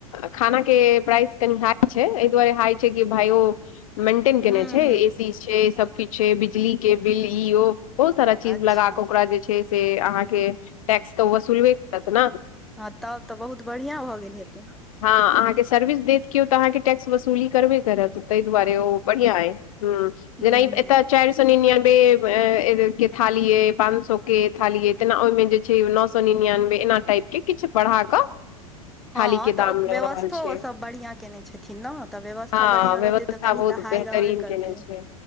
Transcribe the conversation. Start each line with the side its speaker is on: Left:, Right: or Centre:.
Left: खाना के प्राइस कनि हाइ छै एहि दुआरे हाइ छै कि भाइयो मेन्टेन
Centre: हूँ
Left: केने छै
Centre: हूँ
Left: ए सी छै सब किछु छै बिजली के बिल ई ओ बहुत सारा चीज
Centre: अच्छा
Left: लगा कऽ ओकरा जे छै से अहाँके टैक्स तऽ वसूलबे करत न
Centre: हँ तब तऽ बहुत बढ़िआं भऽ गेल हेतै
Left: हँ अहाँके सर्विस देत केओ तऽ अहाँके टैक्स वसूली करबे करत तई दुआरे ओ बढ़ियां अइ हूं
Centre: हूँ
Left: जेना
Centre: हूँ
Left: एतऽ चारि सौ निन्यानवे के थालीए पांच सौ के थालीए तेना ओइमे जे नौ सौ निन्यानवे एना टाइप के किछु बढ़ा कऽ
Centre: हँ
Left: थाली के
Centre: तऽ
Left: दाम लऽ
Centre: व्यवस्थो
Left: रहल छै
Centre: ओ सब बढ़िआँ केने छथिन न तऽ व्यवस्था
Left: हँ
Centre: बढ़िआँ
Left: व्यवस्था
Centre: रहतै त कनी
Left: बहुत
Centre: तऽ हाइ
Left: बेहतरीन
Centre: रहबे करतै
Left: केने छै